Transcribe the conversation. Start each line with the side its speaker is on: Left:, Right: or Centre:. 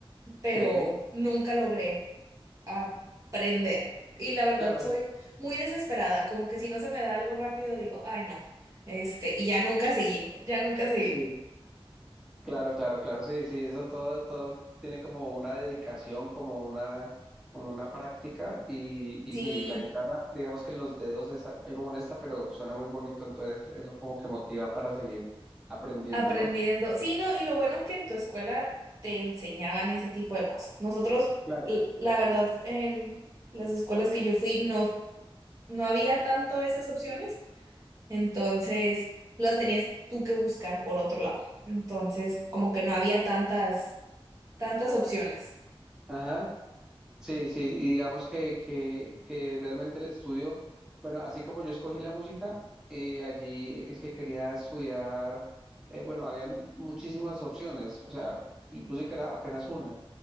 Right: pero
Centre: sí,
Right: nunca logré aprender. Y la verdad
Centre: claro,
Right: soy muy desesperada, como que si no se me da algo rápido digo, ay no, este, y ya nunca seguí, ya nunca seguí.
Centre: sí. Claro, claro, claro, sí, sí, eso todo, todo tiene como una dedicación, como una, como una práctica y,
Right: Sí.
Centre: y sí, la guitarra, digamos que en los dedos es a- algo molesta, pero suena muy bonito, entonces eso como que motiva para seguir aprendiendo,
Right: Aprendiendo.
Centre: ¿no?
Right: Sí, no, y lo bueno es que en tu escuela te enseñaban ese tipo de cosas. Nosotros,
Centre: Claro.
Right: l- la verdad, en las escuelas que yo fui, no, no había tanto esas opciones, entonces las tenías tú que buscar por otro lado. Entonces, como que no había tantas, tantas opciones.
Centre: Ajá, sí, sí, y digamos que, que, que realmente el estudio, bueno, así como yo escogí la música, eh, allí el que quería estudiar, eh, bueno, habían muchísimas opciones, o sea, música era apenas una.